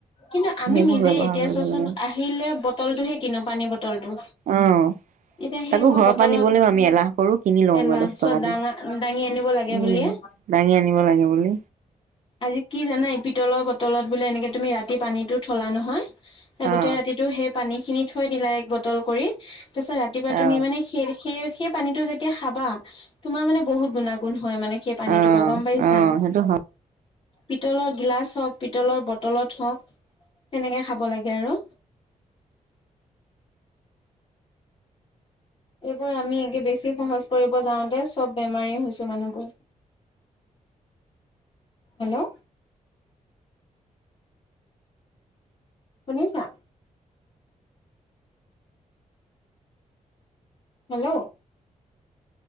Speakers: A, on the left; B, on the right.
A: কিন্তু আমি
B: সেইবোৰ
A: নিজে
B: ব্যৱহাৰ
A: এতিয়া
B: কৰিব
A: চোৱাচোন
B: লাগে
A: আহিলে বটলটোহে কিনো পানী। বটলটো
B: অ',
A: এতিয়া
B: তাকো
A: সেইবোৰ
B: ঘৰৰ
A: বটলত
B: পৰা নিবলৈও আমি এলাহ কৰো কিনি লওঁগৈ
A: এলাহ
B: দহ
A: চব
B: টকা দি।
A: দাঙা দাঙি আনিব লাগে
B: উম
A: বুলিয়ে
B: দাঙি আনিব লাগে বুলি
A: আজি কি জানাই পিতলৰ বট। তলত বোলে এনেকে তুমি ৰাতি পানীতো থলা নহয়। গোটেই
B: অ
A: ৰাতিটো সেই। পানী খিনি থৈ দিলা এক। বটল কৰি। তাৰপিছত ৰাতিপুৱা
B: অ
A: তুমি মানে স সেই। সেই পানীতটো যেতিয়া খাবা, তোমাৰ মানে বহুত গুণাগুণ হয় মানে সেই পানীটোপা
B: অ
A: গম পাইছা।
B: অ সেইটো হয়
A: পিতলৰ গিলাচ হওঁক, পিতলৰ বটলত হওঁক তেনেকে খাব লাগে আৰু। এইবোৰ আমি একে বেছি সহজ কৰিব যাওঁতে সব বেমাৰী হৈছো মানুহবোৰ, হেল্ল'। শুনিছা? হেল্ল'।